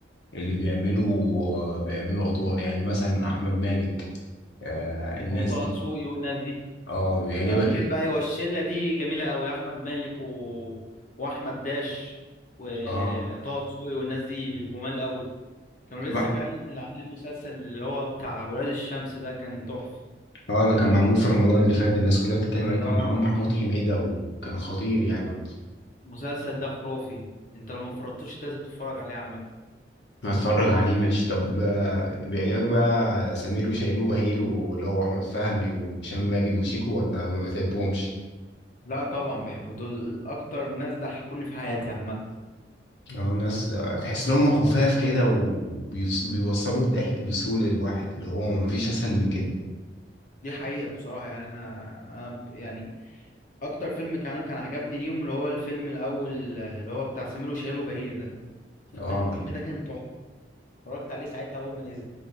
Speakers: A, on the left (about 80°); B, on the left (about 45°).
A: اللي بيعملوا بيعملوا أدوار يعني مثلا أحمد مالك آه الناس
B: وطه
A: دي
B: دسوقي والناس دي
A: أه بيعجبك
B: انا بحب
A: إيه؟
B: ايوه الشلة دي جميلة قوي احمد مالك و... واحمد داش وطه
A: أه
B: دسوقي والناس دي جمال قوي كانوا لسه
A: بقى
B: كان عاملين مسلسل اللي هو بتاع ولاد الشمس ده كان تحفة
A: أه ده كان معمول في رمضان اللي فات الناس كلها بتتكلم عليه كان
B: اه
A: معاهم محمود حميدة وكان خطير يعني
B: م- المسلسل ده خرافي انت لو ما فرجتوش لازم تتفرج عليه عامة
A: هتفرج عليه ماشي طب آه، بيعجبك بقى سمير وشهير وبهير واللي هو أحمد فهمي وهشام ماجد وشيكو ولا ما بتحبهمش؟
B: لا طبعا بحبه دول اكتر ناس ضحكوني في حياتي عامة
A: اه ناس آه، تحس ان هم
B: خفيف
A: خفاف
B: أوي.
A: كده وبيوصلوا الضحك بسهولة للواحد اللي هو مفيش اسهل من كده
B: دي حقيقة بصراحة يعني أنا أنا ب- يعني اكتر فيلم كان كان عجبني اليوم اللي هو الفيلم الاول اللي هو بتاع سمير وشهير وبهير ده
A: اه
B: الفيلم ده كان تحفه اتفرجت عليه ساعتها اول ما نزل